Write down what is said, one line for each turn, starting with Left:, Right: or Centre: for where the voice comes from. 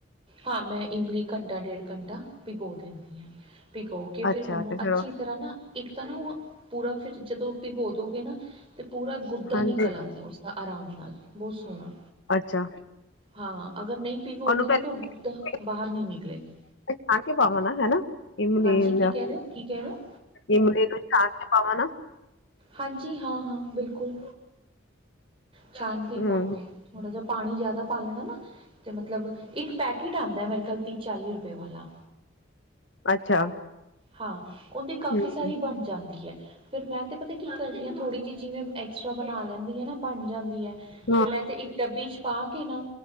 Right: ਹਾਂ, ਮੈਂ ਇਮਲੀ ਘੰਟਾ ਡੇਢ ਘੰਟਾ ਭਿਗੋ ਦਿੰਨੀ ਆ। ਭਿਗੋ ਕੇ ਫਿਰ
Left: ਅੱਛਾ
Right: ਉਹਨੂੰ
Left: ਤੇ ਫੇਰ
Right: ਅੱਛੀ ਤਰ੍ਹਾਂ ਨਾ, ਇੱਕ ਤਾਂ ਨਾ ਉਹ ਪੂਰਾ ਫਿਰ ਜਦੋਂ ਭਿਗੋ ਦੋਗੇ ਨਾ, ਤੇ ਪੂਰਾ ਗੁੱਦਾ
Left: ਹਾਂਜੀ
Right: ਨਿਕਲ ਆਉਂਦਾ ਉਸਦਾ ਆਰਾਮ ਨਾਲ ਬਹੁਤ ਸੋਹਣਾ।
Left: ਅੱਛਾ।
Right: ਹਾਂ, ਅਗਰ ਨਹੀਂ ਭਿਗੋ
Left: ਉਹਨੂੰ
Right: ਗੇ ਨਾ,
Left: ਪਹਿ
Right: ਤਾਂ ਉਹ ਗੁਦਾ ਬਾਹਰ ਨੀ ਨਿਕਲੇਗਾ।
Left: ਛਾਣ ਕੇ ਪਾਵਾ ਨਾ ਹਨਾ, ਇਮਲੀ
Right: ਹਾਂਜੀ ਕੀ
Left: ਜਾਂ
Right: ਕਹਿ ਰਹੇ ਹੋ ਕੀ ਕਹਿ ਰਹੇ ਹੋ
Left: ਇਮਲੀ ਨੂੰ ਛਾਣ ਕੇ ਪਾਵਾ ਨਾ।
Right: ਹਾਂਜੀ ਹਾਂ ਹਾਂ ਬਿਲਕੁਲ, ਛਾਣ ਕੇ ਹੀ
Left: ਹਮ
Right: ਪਾਓਗੇ। ਥੋੜਾ ਜਿਹਾ ਪਾਣੀ ਜਿਆਦਾ ਪਾ ਲੈਣਾ ਨਾ। ਅਤੇ ਮਤਲਬ ਇੱਕ ਪੈਕਟ ਆਉਂਦਾ ਮੇਰੇ ਖਿਆਲ ਤੀਹ ਚਾਲੀ ਰੁਪਏ ਵਾਲਾ
Left: ਅੱਛਾ।
Right: ਹਾਂ, ਉਹਦੀ ਕਾਫ਼ੀ
Left: ਹਮ
Right: ਸਾਰੀ ਬਣ ਜਾਂਦੀ ਹੈ। ਫੇਿਰ ਮੈਂ ਤੇ ਪਤਾ ਕੀ ਕਰਦੀ ਹਾਂ, ਥੋੜੀ ਜਿਹੀ ਜਿਵੇਂ ਐਕਸਟਰਾ ਬਣਾ ਲੈਂਦੀ ਆ ਨਾ। ਬਣ ਜਾਂਦੀ ਹੈ
Left: ਹਾਂ
Right: ਤੇ ਮੈਂ ਤੇ ਇੱਕ ਡੱਬੀ 'ਚ ਪਾ ਕੇ ਨਾ,